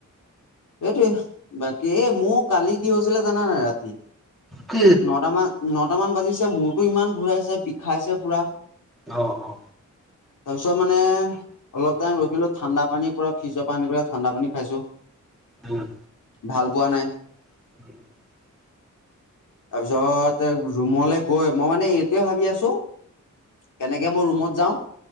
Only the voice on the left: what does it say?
সেইটোৱে বা কী এ মোৰ কালি কি হৈছিলে জানা নাই ৰাতি।
নটামান নটামান বাজিছে মূোৰতো ইমান ঘূৰাইছে বিষাইছে পুৰা।
তাৰপিছত মানে অলপ টাইম ৰখিলো ঠাণ্ডা পানীৰ পুৰা ফ্ৰিজৰ পৰা আনি পেলাই ঠাণ্ডা পানী খাইছো।
ভাল পোৱা নাই।
তাৰপিছত ৰুমলে গৈ মই মানে এইটোয়ে ভাবি আছো। কেনেকে মই ৰুমত যাওঁ।